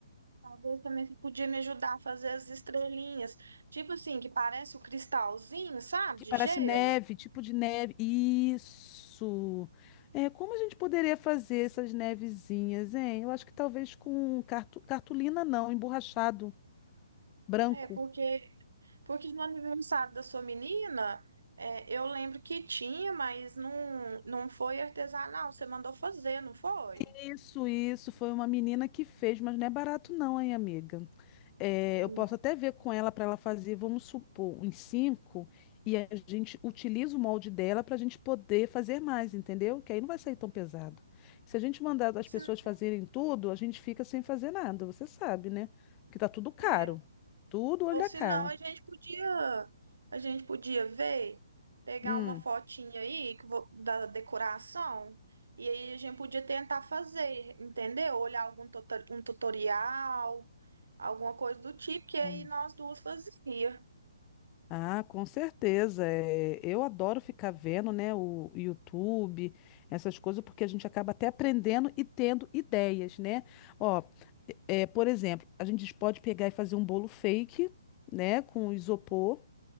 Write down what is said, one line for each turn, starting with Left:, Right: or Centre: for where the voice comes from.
Right: talvez também você podia me ajudar a fazer as estrelinhas. Tipo assim, que parece o cristalzinho, sabe?
Left: Que
Right: De
Left: parece
Right: gelo.
Left: neve, tipo de neve. Isso! É, como a gente poderia fazer essas nevezinhas, hein? Eu acho que talvez com cartu- cartolina, não, emborrachado branco.
Right: É, é, porque, porque no aniversário da sua menina, é, eu lembro que tinha, mas não, não foi artesanal. Você mandou fazer, não foi?
Left: Isso, isso, foi uma menina que fez, mas não é barato não, hein, amiga? É,
Right: Ah,
Left: eu posso até ver com ela para ela fazer, vamos supor, uns cinco, e a gente utiliza o molde dela para a gente poder fazer mais, entendeu? Que aí não vai sair tão pesado. Se a gente mandar as pessoas
Right: não.
Left: fazerem tudo, a gente fica sem fazer nada, você sabe, né? Porque tá tudo caro,
Right: É.
Left: tudo olho
Right: Ou
Left: da
Right: senão
Left: cara.
Right: a gente podia, a gente podia ver, pegar
Left: Hum.
Right: uma fotinha aí que vo- da decoração e aí a gente podia tentar fazer, entendeu? Olhar algum tuto- um tutorial, alguma coisa do tipo que aí
Left: hum.
Right: nós duas fazia.
Left: Ah, com certeza. É, eu adoro ficar vendo, né, o YouTube, essas coisas, porque a gente acaba até aprendendo e tendo ideias, né? Ó, é, por exemplo, a gente pode pegar e fazer um bolo fake, né, com isopor.